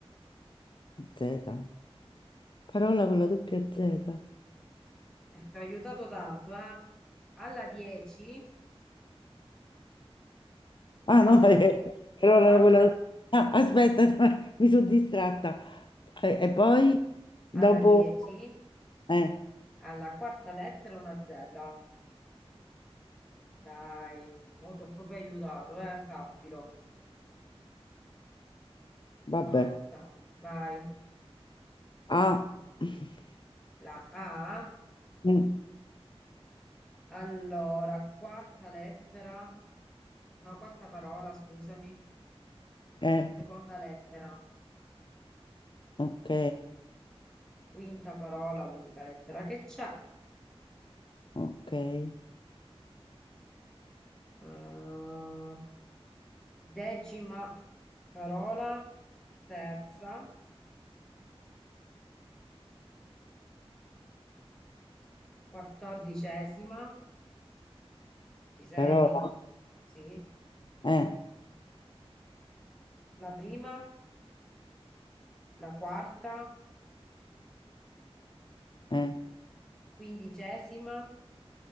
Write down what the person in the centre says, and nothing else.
ti ha aiutato tanto, eh? Alla 10,
alla
quarta,
alla 10,
alla quarta lettera una Z. Dai, mo t'ho proprio aiutato, eh? Sappilo.
Forza, vai.
La A,
allora, quarta lettera, no, quarta parola, scusami,
seconda lettera,
quinta parola, l'unica lettera che c'è.
eh, decima parola, terza, quattordicesima, ci sei?
Sì.
La prima, la quarta,
quindicesima,